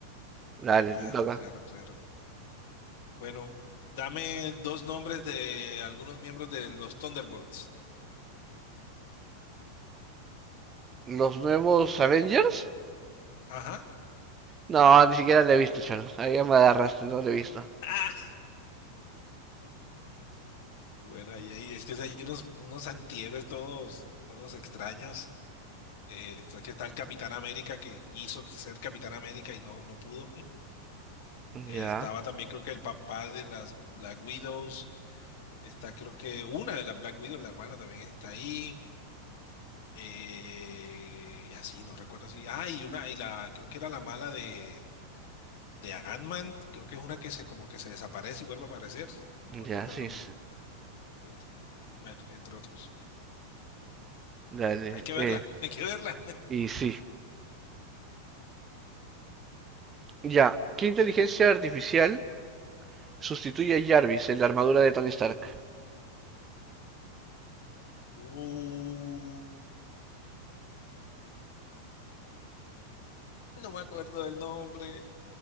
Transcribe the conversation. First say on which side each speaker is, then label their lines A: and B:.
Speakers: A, on the right; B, on the left.
A: Dale,
B: claro,
A: te toca.
B: claro, claro. Bueno, dame dos nombres de algunos miembros de los Thunderbolts.
A: ¿Los nuevos Avengers?
B: Ajá.
A: No, ni siquiera le he visto, chalo. Ahí ya me agarraste, no le he visto.
B: <laughs> Bueno, ahí, ahí- es que hay unos, unos antihéroes todos, todos extraños. Eh, está- que está el Capitán América que hizo que ser Capitán América y no, no pudo.
A: Ya,
B: Eh, estaba también creo que el papá de las Black Widows. Está creo que una de las Black Widows, la hermana también está ahí. Eh, y así, no recuerdo así. Ah, y una, y la, creo que era la mala de, de Ant-Man. Creo que es una que se como que se desaparece y vuelve a aparecer. No me acuerdo
A: ya, sí,
B: el nombre.
A: sí.
B: Sí. Bueno, entre otros.
A: Dale,
B: Hay que verla,
A: eh,
B: <laughs> hay que verla.
A: y sí. Ya, ¿qué inteligencia artificial sustituye a Jarvis en la armadura de Tony Stark?
B: Uh, no me acuerdo del nombre.